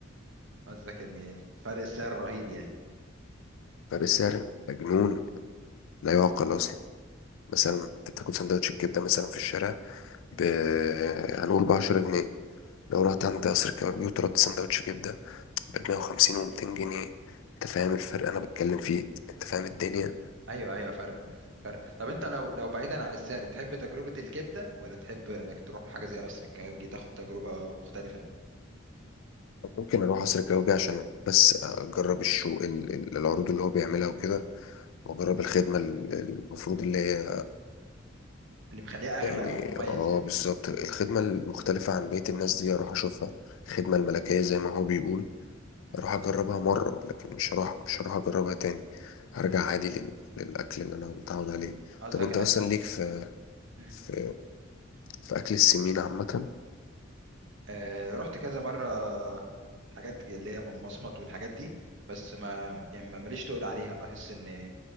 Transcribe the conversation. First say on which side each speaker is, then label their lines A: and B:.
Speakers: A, on the right; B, on the left.
A: قصدك إن فرق السعر رهيب يعني
B: فرق السعر مجنون لا يعقل أصلا مثلا أنت بتاكل سندوتش الكبدة مثلا في الشارع ب هنقول بعشرة جنيه لو رحت عند قصر الكبابجي وطلبت سندوتش كبدة بمية وخمسين ومتين جنيه أنت فاهم الفرق أنا بتكلم فيه أنت فاهم الدنيا
A: ايوه ايوه فرق مم، فرق طب انت لو لو بعيدا عن السعر تحب تجربه الكبده ولا تحب انك تروح حاجه زي قصر الكبابجي تاخد تجربه مختلفه
B: ممكن أروح قصر الكبابجي عشان بس أجرب الشو ال- ال- العروض اللي هو بيعملها وكده وأجرب الخدمة ال- المفروض اللي هي
A: اللي مخليها اغلى
B: يعني
A: او مميز
B: اه
A: يعني
B: بالظبط الخدمة المختلفة عن بقية الناس دي اروح اشوفها الخدمة الملكية زي ما هو بيقول
A: مم.
B: اروح اجربها مرة لكن مش هروح مش هروح اجربها تاني هرجع عادي لل... للاكل اللي انا متعود عليه
A: قصدك
B: طب انت
A: انك
B: اصلا ليك في
A: مم.
B: في, في اكل السمين عامة
A: آه رحت كذا مره حاجات اللي هي مصمت والحاجات دي بس ما يعني ما- ماليش تقل عليها بحس ان